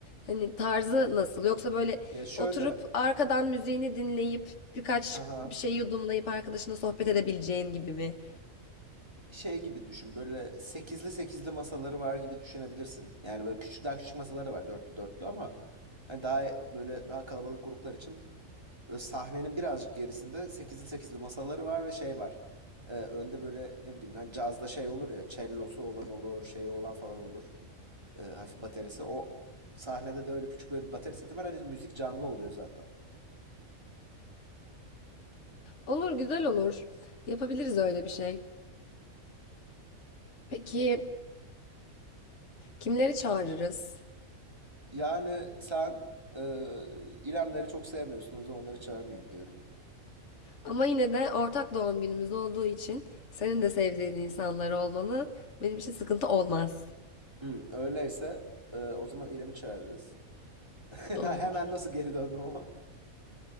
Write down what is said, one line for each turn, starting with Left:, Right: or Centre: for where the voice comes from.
Left: Hani tarzı nasıl? Yoksa böyle
Right: Ya şöyle
Left: oturup arkadan müziğini dinleyip birkaç
Right: Haha.
Left: bir şey yudumlayıp arkadaşına sohbet edebileceğin gibi mi?
Right: Şey gibi düşün. Böyle sekizli sekizli masaları var gibi düşünebilirsin. Yani böyle küçük daha küçük masaları var dörtlü dörtlü ama hani daha e, böyle daha kalabalık gruplar için böyle sahnenin birazcık gerisinde sekizli sekizli masaları var ve şey var. Ee, önde böyle ne bileyim lan cazda şey olur ya cellosu olan olur, şeyi olan falan olur. Ee, hafif baterisi. O sahnede de öyle küçük böyle bir bateri seti var. Hani müzik canlı oluyor zaten.
Left: Olur, güzel olur. Yapabiliriz öyle bir şey. Peki Kimleri çağırırız?
Right: Yani sen e, İremleri çok sevmiyorsun. O yüzden onları çağırmayayım diyorum.
Left: Ama yine de ortak doğum günümüz olduğu için senin de sevdiğin insanlar olmalı. Benim için sıkıntı olmaz.
Right: Hmm, öyleyse e, o zaman İrem'i çağırırız. <laughs>
Left: Olur.
Right: Ha, Hemen nasıl geri döndüm ama.